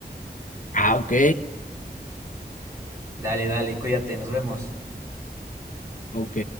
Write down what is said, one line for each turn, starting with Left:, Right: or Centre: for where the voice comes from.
Left: Ah, ok,
Right: Dale, dale, cuídate, nos vemos.
Left: ok.